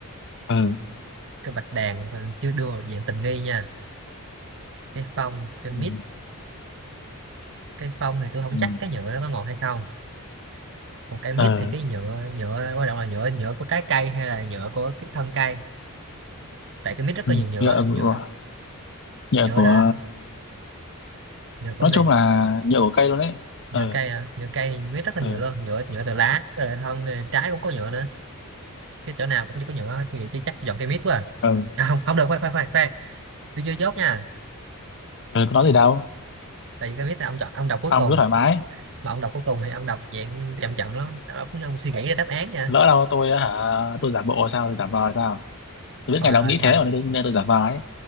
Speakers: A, on the left (about 55°); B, on the right (about 60°).
A: ừ,
B: cái bạch đàn mình chưa đưa vào dạng tình nghi nha cái phong cái mít
A: ừ,
B: cái phong thì tôi không
A: ừ,
B: chắc cái nhựa nó có ngọt hay không còn cái mít
A: ừ,
B: thì cái nhựa nhựa quan trọng là nhựa nhựa của trái cây hay là nhựa của cái thân cây tại cái mít rất
A: ừ,
B: là nhiều nhựa
A: nhựa của
B: nhựa
A: nhựa
B: nhựa
A: của
B: là nhựa của
A: nói
B: gì
A: chung là nhựa của cây luôn đấy
B: nhựa
A: ừ,
B: cây à nhựa cây thì mít rất là
A: ừ,
B: nhiều luôn nhựa nhựa từ lá rồi thân rồi trái cũng có nhựa nữa cái chỗ nào cũng chỉ có nhựa hết. tôi nghĩ chắc tôi chọn cây mít quá à.
A: ừ,
B: à không không được khoan khoan khoan khoan tôi chưa chốt nha
A: ừ, có nói gì đâu
B: tại vì cây mít là ông chọn ông đọc cuối
A: ông
B: cùng
A: cứ thoải mái
B: mà ông đọc cuối cùng thì ông đọc dạng chậm chậm lắm ông, ông, ông suy nghĩ ra đáp án nha
A: lỡ đâu tôi á hả tôi giả bộ sao tôi giả vờ sao tôi biết
B: thôi
A: ngày đó ông
B: thôi
A: nghĩ
B: thôi
A: thế mà nên, nên tôi giả vờ ấy